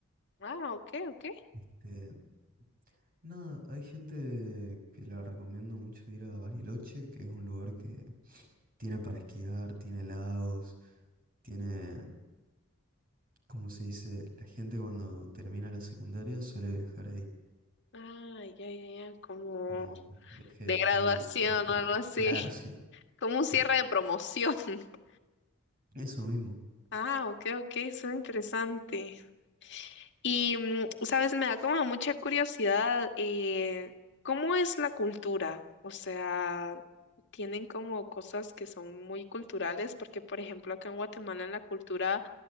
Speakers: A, on the left (about 55°); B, on the right (about 45°).
A: Ah, ok, ok.
B: Este, nada, hay gente que la recomiendo mucho ir a Bariloche, que es un lugar que tiene para esquiar, tiene lagos, tiene, ¿cómo se dice? La gente cuando termina la secundaria suele viajar ahí,
A: Ah, ya, ya, ya. Como
B: como viaje
A: de
B: de estudio,
A: graduación
B: de final.
A: o algo así.
B: Claro, sí,
A: <laughs> Como
B: sí.
A: un cierre de promoción. <laughs>
B: Eso mismo,
A: Ah, ok, ok. Suena interesante. Y, mm, sabes, me da como mucha curiosidad, eh, ¿cómo es la cultura? O sea, tienen como cosas que son muy culturales, porque por ejemplo acá en Guatemala la cultura